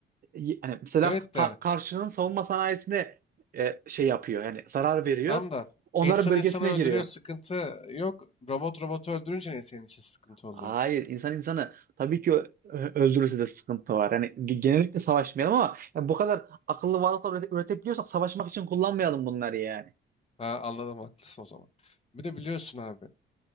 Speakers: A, on the right (about 45°); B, on the left (about 30°).
A: yani mesela
B: Evet
A: ka-
B: de
A: karşının savunma sanayisine e, şey yapıyor yani zarar veriyor.
B: tam da
A: Onların
B: insan
A: bölgesine
B: insanı öldürüyor
A: giriyor.
B: sıkıntı yok. Robot robotu öldürünce ne senin için sıkıntı
A: Hayır,
B: oluyor?
A: insan insanı tabii ki ö- ö- öldürürse de sıkıntı var. Yani ge- genellikle savaşmayalım ama yani bu kadar akıllı varlıklar üret- üretebiliyorsak savaşmak için kullanmayalım bunları yani.
B: Ha, anladım haklısın o zaman. Bir de biliyorsun abi.